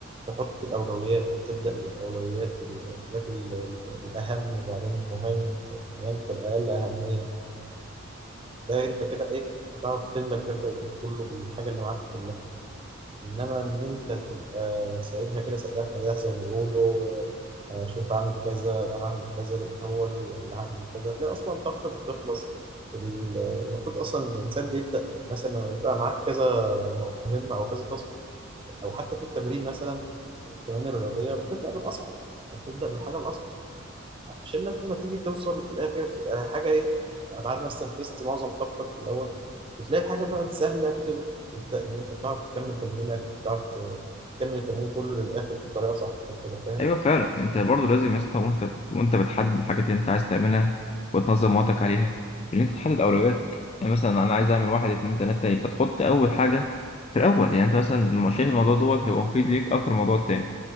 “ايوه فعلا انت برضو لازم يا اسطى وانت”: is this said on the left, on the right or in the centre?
Left